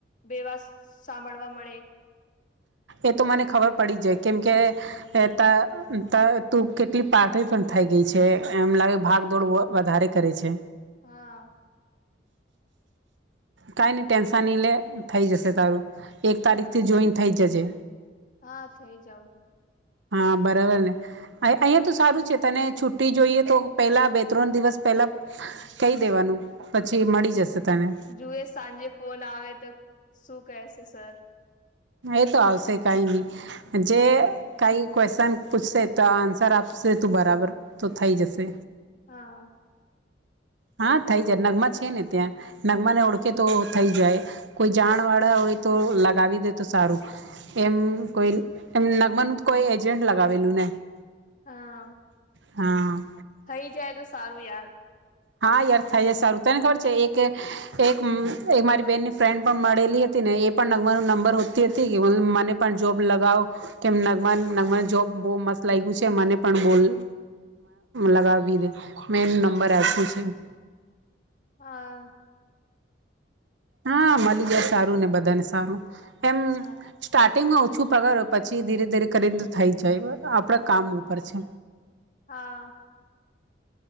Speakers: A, on the left (about 45°); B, on the right (about 80°).
A: બેવાસ સાંભળવા મળે
B: એ તો મને ખબર પડી જાય કેમકે તા તા તુ કેટલી પાટળી પણ થઇ ગઈ છે એમ લાગે ભાગદોડ વધારે કરે છે
A: હા
B: કાંઈ ન ટેન્શનહી લે થઈ જશે તારું એક તારીખથી
A: હા
B: જોઈન થઈ જશે
A: હા થઈ જાઉ
B: હા બરાબર ને અહિયાયા તો સારું છે તને છુટ્ટી જોઈએ તો પેલા બે ત્રણ દિવસ પેલા કહી દેવાનું પછી મળી જશે તને
A: જુએ સાંજે ફોન આવે તો શું કહેશે સર
B: એ તો આવશે કઈ નહી જે કઈ ક્વેશ્ચન પૂછશે તો આન્સર આપ સે તું બરાબર તો થઈ જશે
A: હા
B: હા થઈ જાય નગમા છે ને ત્યાં નગમા ને ઓળખે તો થઈ જાય કોઈ જાણ વાળા તો લગાવી દે તો સારું એમ કોઈ એમ નગમ ન કોઈ એજન્ટ લગાવેલું ને
A: હા
B: હા
A: થઈ જાય તો સારું યાર
B: હા યાર થાય જ સારું તને ઘર છે એક એક મારી બેનની ફ્રેન્ડ પણ મળેલી હતી ને એ પણ નગમા ન નંબર હોતી હતી કે મને પણ જોબ લગાવો કે નગમા નગમા જોબ બહુ મસ્ત લાગ્યું છે મને પણ બોલ લગાવી દે મેં એ નંબર આપ્યું છે ઠીક
A: હા
B: હા મળી જાય સારું ને બધાને સારું એમ
A: સા
B: સ્ટાર્ટિંગમાં પાછું પગાર હો પછી ધીરે ધીરે કરીને તો થઈ જાય આપણા કામ ઉપર છે
A: હા